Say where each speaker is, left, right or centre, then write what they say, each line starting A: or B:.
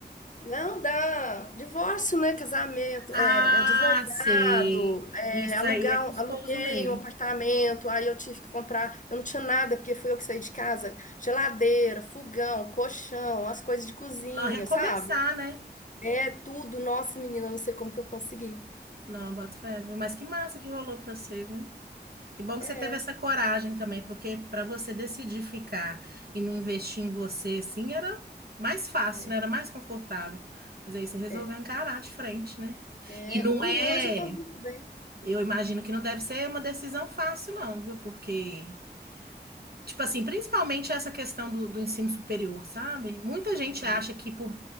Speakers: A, on the left (about 45°); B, on the right (about 65°).
A: Não, dá divórcio, né? Casamento,
B: Ah,
A: é, é advogado,
B: sei.
A: é,
B: Isso
A: alugar,
B: aí é custoso
A: um- aluguei
B: mesmo.
A: um apartamento, aí eu tive que comprar, eu não tinha nada, porque fui eu que saí de casa, geladeira, fogão, colchão, as coisas de cozinha,
B: Não recomeçar,
A: sabe?
B: né?
A: É tudo, nossa, menina, eu não sei como que eu consegui.
B: Não, boto fé, viu? Mas que massa que rolou pra você, viu? Que bom que
A: É.
B: você teve essa coragem também, porque para você decidir ficar e não investir em você, assim, era mais fácil,
A: É,
B: né? Era mais confortável. Mas aí você resolveu
A: é,
B: encarar de frente, né?
A: é.
B: E não
A: Ui,
B: é,
A: E hoje eu estou muito bem.
B: eu imagino que não deve ser uma decisão fácil, não, viu? Porque, tipo assim, principalmente essa questão do, do ensino superior, sabe? Muita gente
A: É,
B: acha que por,